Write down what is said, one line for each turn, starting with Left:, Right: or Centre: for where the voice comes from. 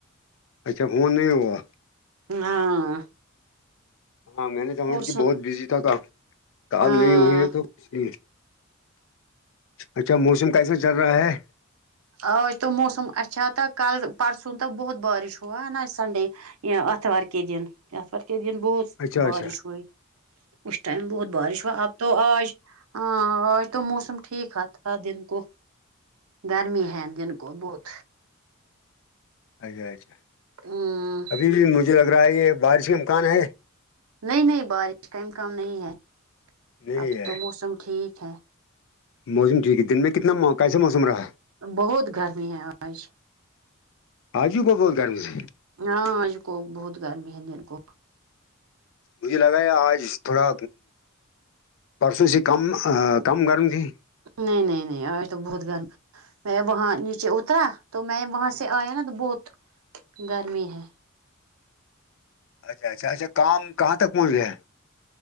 Left: اچھا فون نہیں ہوا
Right: ہاں
Left: ہاں میں نے سما
Right: اور
Left: کہ
Right: سن
Left: بہت بزی تھا تھا کال
Right: ہاں
Left: نہیں ہوئی ہے تو کچھ نہیں اچھا موسم کیسا چل رہا ہے
Right: آج تو موسم اچھا تھا کل پرسوں تک بہت بارش ہوا ہے نا سنڈے یہ اتوار کے دن اتوار کے دن بہت
Left: اچھا اچھا
Right: بارش ہوئی اس ٹائم بہت بارش ہوا اب تو آج ہاں آج تو موسم ٹھیک ہے تھا دن کو گرمی ہے دن کو بہت
Left: اچھا اچھا
Right: ہمم
Left: ابھی بھی مجھے لگ رہا ہے یہ بارش کے امکان ہے
Right: نہیں نہیں بارش کا امکان نہیں ہے
Left: نہیں
Right: اب
Left: ہے
Right: تو موسم ٹھیک ہے
Left: موسم ٹھیک ہے دن میں کتنا مو کیسا موسم رہا
Right: بہت گرمی ہے آج
Left: آج بھی بہت گرم سے
Right: ہاں آج تو بہت گرمی ہے دن کو
Left: مجھے لگا ہے آج تھوڑا پرسوں سے کم کم گرم تھی
Right: نہی نہی نہی آج تو بہت گرم میں وہاں نیچے اترا تو میں وہاں سے آیا نا تو بہت گرمی ہے
Left: اچھا اچھا اچھا کام کہاں تک پہنچ گیا ہے